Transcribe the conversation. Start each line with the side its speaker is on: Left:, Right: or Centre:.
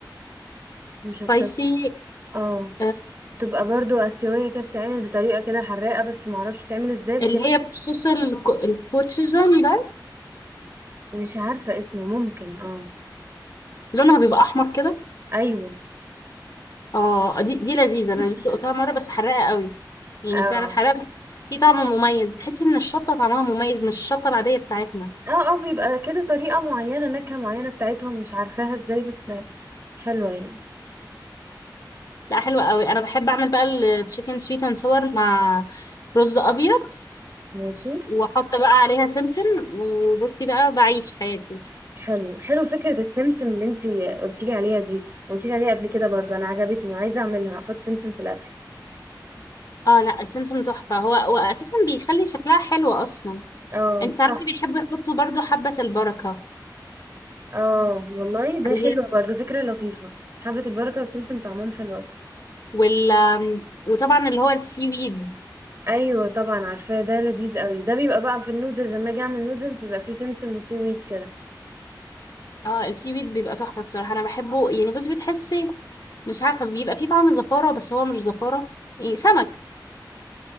Right: مش
Left: سبايسي
Right: هتشط اه
Left: آه،
Right: تبقى برضو اسيويه كده بتتعمل بطريقه كده حراقه بس ما اعرفش بتتعمل ازاي بس
Left: اللي هي بصوص الكو- الكوتشيجن ده
Right: مش عارفه اسمه ممكن اه
Left: لونها بيبقى احمر كده
Right: ايوه
Left: اه دي دي لذيذه انا
Right: <laughs>
Left: دقتها مره بس حراقه قوي يعني
Right: اه
Left: فعلا حراقه بس دي طعم مميز تحسي ان الشطه طعمها مميز مش الشطه العاديه بتاعتنا
Right: اه اه بيبقى كده طريقة معينة نكهة معينة بتاعتهم مش عارفاها ازاي بس حلوة يعني
Left: لا حلوه قوي انا بحب اعمل بقى التشيكن سويت اند ساور مع رز ابيض
Right: ماشي
Left: واحط بقى عليها سمسم وبصي بقى بعيش حياتي
Right: حلو حلو فكرة السمسم اللي انتي قلتيلي عليها دي قلتيلي عليها قبل كده برضو انا عجبتني عايزة اعملها احط سمسم في الاكل
Left: اه لا السمسم تحفة هو واساسا بيخلي شكلها حلو اصلا
Right: اه
Left: انت عارفة
Right: صح
Left: بيحبوا يحطوا برضو حبة البركة
Right: اه والله بقى
Left: اللي
Right: حلوة
Left: هي
Right: برضو فكرة لطيفة حبة البركة والسمسم طعمهم حلو اصلا
Left: وال وطبعا اللي هو السي ويد
Right: ايوه طبعا عارفاه ده لذيذ قوي ده بيبقى بقى في النودلز لما اجي اعمل نودلز بيبقى فيه سمسم وسي ويت كده
Left: اه السي ويد بيبقى تحفة الصراحة انا بحبه يعني بصي بتحسي مش عارفة بيبقى فيه طعم زفارة بس هو مش زفارة يعني سمك